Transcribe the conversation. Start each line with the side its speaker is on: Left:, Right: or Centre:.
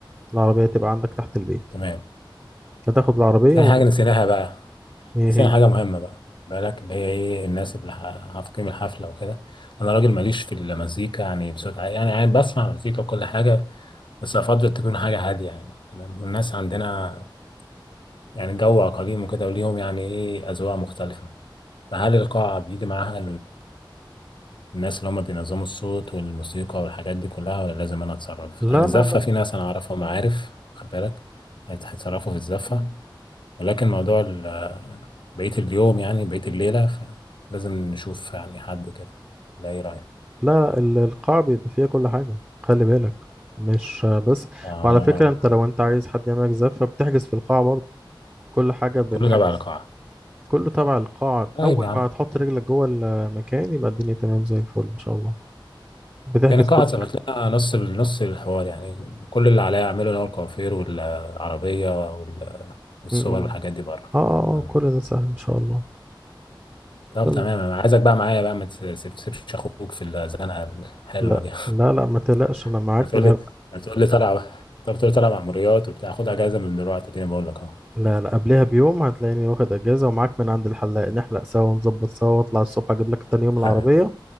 Right: العربية تبقى عندك تحت البيت
Left: تمام
Right: هتاخد العربية
Left: في
Right: و...
Left: حاجة نسيناها بقى
Right: ايه
Left: نسينا
Right: هي
Left: حاجة مهمة بقى بالك اللي هي ايه الناس اللي ه- هتقيم الحفلة وكده انا راجل ماليش في المزيكا يعني بصوت عالي يعني عادي بسمع مزيكا وكل حاجة بس افضل تكون حاجة هادية يعني تمام والناس عندنا يعني جو عقليم وكده وليهم يعني ايه اذواق مختلفة فهل القاعة بيجي معاها الناس اللي هم بينظموا الصوت والموسيقى والحاجات دي كلها ولا لازم انا اتصرف
Right: لا
Left: يعني
Right: لا
Left: الزفه في ناس انا اعرفهم عارف خد بالك هيت- هيتصرفوا في الزفه ولكن موضوع ال- بقيه اليوم يعني بقيه الليله ف- لازم نشوف يعني حد كده لا ايه رايك
Right: لا لا القاع بيبقى فيها كل حاجة خلي بالك مش بس
Left: آه
Right: وعلى فكرة انت لو انت عايز حد يعملك زفة بتحجز في القاعة برضه كل حاجة بالحجز
Left: كله تبع القاعه
Right: كله تبع القاعة
Left: طيب
Right: أول
Left: يا عم
Right: ما تحط رجلك جوه المكان يبقى الدنيا تمام زي الفل إن شاء الله بتحجز
Left: يعني القاعه
Right: كل
Left: ظبط
Right: حاجة
Left: لنا نص ال- نص الحوار يعني كل اللي عليا اعمله اللي هو الكوافير والعربيه وال- والصور
Right: م- م.
Left: والحاجات دي بره
Right: اه اه
Left: آه.
Right: آه، كل ده سهل إن شاء الله
Left: طب
Right: يلا
Left: تمام انا عايزك بقى معايا بقى ما تسيب- تسيبش اخوك في الزنقه الحلوه
Right: لا
Left: دي
Right: لا لا ما تقلقش
Left: <laughs>
Right: أنا معاك
Left: هتقول
Right: من
Left: لي
Right: أب...
Left: هتقول لي طالع طب تقول لي طالع مأموريات وبتاع خد اجازه من دلوقتي اديني بقول لك اهو
Right: لا لا قبلها بيوم هتلاقيني واخد أجازة ومعاك من عند الحلاق نحلق سوا ونظبط سوا واطلع الصبح أجيب لك تاني يوم
Left: <laughs>
Right: العربية